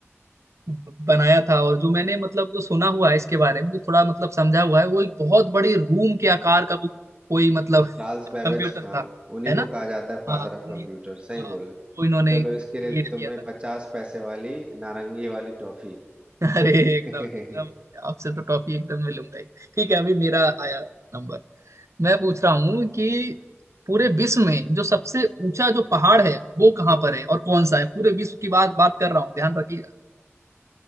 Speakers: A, on the right (about 80°); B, on the right (about 25°).
A: ब- बनाया था और जो मैंने मतलब जो सुना हुआ है इसके बारे में जो थोड़ा मतलब समझा हुआ है वो एक बहुत बड़ी रूम के आकार का कोई कोई मतलब
B: चार्ल्स बेबेज
A: कंप्यूटर
B: हाँ
A: था
B: उन्हीं
A: है
B: को
A: ना
B: कहा जाता है फादर
A: हाँ
B: ऑफ
A: उन्हीं
B: कंप्यूटर सही
A: हाँ,
B: बोले
A: वो इन्होंने
B: चलो
A: क्रिएट
B: इसके लिए
A: किया
B: तुम्हें
A: था
B: पचास पैसे वाली नारंगी वाली टॉफी
A: <laughs> अरे एकदम
B: <laughs>
A: एकदम आपसे तो टॉफी एकदम मिलूंगा ही ठीक है अभी मेरा आया नंबर मैं पूछ रहा हूँ कि पूरे विश्व में जो सबसे ऊंचा जो पहाड़ है वो कहाँ पर है और कौन सा है पूरे विश्व की बात बात कर रहा हूँ ध्यान रखिएगा